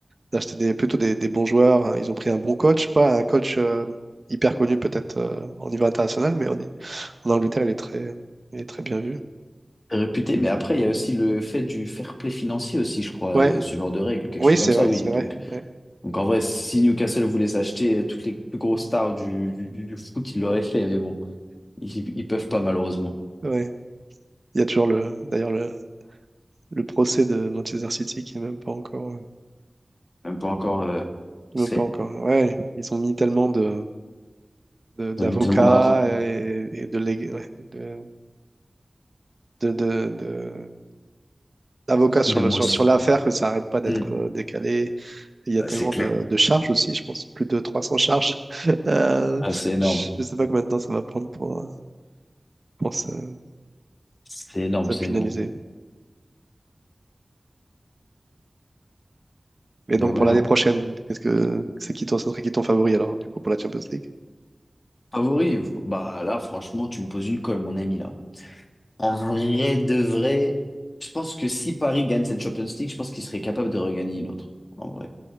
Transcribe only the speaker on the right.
d'acheter des, plutôt des, des bons joueurs. Ils ont pris un bon coach, pas un coach euh, hyper connu peut-être euh, au niveau international, mais en, en Angleterre, il est très, il est très bien vu.
Ouais,
oui,
c'est
vrai,
c'est
vrai. Ouais,
ouais. Il y a toujours le, d'ailleurs le, le procès de Manchester City qui est même pas encore. euh,
Même
pas encore. Ouais, ils ont mis tellement de, de- d'avocats
et, et de, lég- ouais, de, de, de- de- d'avocats sur
le,
sur,
sur l'affaire que ça arrête pas d'être
euh, décalé. Et Il y
a tellement
de, de charges aussi, je pense, plus de 300 charges. <laughs> Euh,
je sais pas combien de temps ça va prendre pour, euh, pour se,
se
finaliser.
Et
donc
pour
l'année prochaine, qu'est-ce que c'est qui ton, ce serait qui ton favori alors, du coup, pour la Champions League?